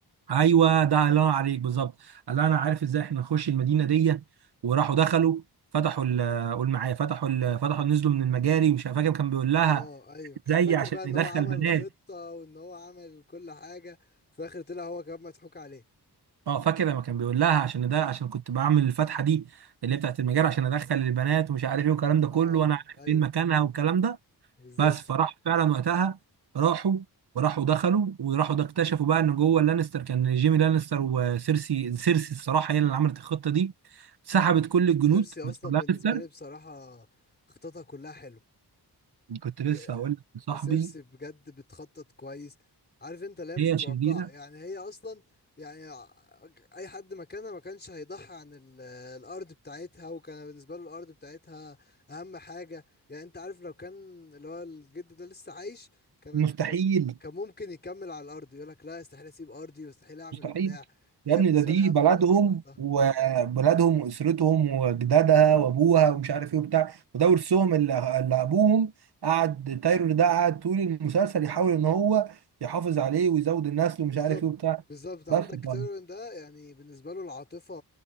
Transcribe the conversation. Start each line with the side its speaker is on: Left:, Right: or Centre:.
Right: ايوه ده الله ينور عليك بالظبط قال لها انا عارف ازاي احنا نخش المدينه دي وراحوا دخلوا فتحوا ال- قول معايا فتحوا ال- فتحوا نزلوا من المجاري مش فاكر كان بيقول لها
Left: اه ايوه كان
Right: ازاي
Left: فاكر
Right: عشان
Left: بقى ان
Right: يدخل
Left: هو عمل
Right: بنات
Left: خطه وان هو عمل كل حاجه في الاخر طلع هو كمان مضحوك عليه
Right: اه فاكر لما كان بيقول لها عشان ده عشان كنت بعمل الفتحه دي اللي هي بتاعت المجال عشان ادخل البنات ومش عارف ايه والكلام ده كله
Left: اه
Right: وانا عارف
Left: ايوه
Right: فين مكانها والكلام ده
Left: بالظبط
Right: بس فراح فعلا وقتها راحوا وراحوا دخلوا وراحوا ده اكتشفوا بقى ان جوه لانستر كان جيمي لانستر وسيرسي سيرسي الصراحه هي اللي عملت الخطه دي سحبت كل الجنود
Left: سيرسي اصلا
Right: بتوع لانستر
Left: بالنسبه لي بصراحه خططها كلها حلو
Right: كنت لسه
Left: إيه،
Right: هقول لك يا صاحبي
Left: سيرسي بجد بتخطط كويس عارف انت لا مش
Right: هي
Left: متوقعه
Right: شريره
Left: يعني هي اصلا يعني ع- اي حد مكانها ما كانش هيضحي عن ال- الارض بتاعتها وكان بالنسبه له الارض بتاعتها اهم حاجه يعني انت عارف لو كان اللي هو الجد ده لسه عايش كان
Right: مستحيل
Left: ال- كان كان ممكن يكمل على الارض يقول لك لا استحيل اسيب ارضي واستحيل اعمل
Right: مستحيل
Left: وبتاع هي
Right: يا ابني
Left: بالنسبه
Right: ده دي
Left: لها اهم
Right: بلدهم
Left: حاجه مصلحتها
Right: وبلدهم واسرتهم وجدادها وابوها ومش عارف ايه وبتاع وده ورثهم اللي, اللي ابوهم قعد تايرور ده قعد طول المسلسل يحاول ان هو يحافظ عليه ويزود النسل
Left: بالظبط
Right: ومش عارف ايه وبتاع
Left: بالظبط عندك
Right: بس ف-
Left: تيرون ده يعني بالنسبه له العاطفه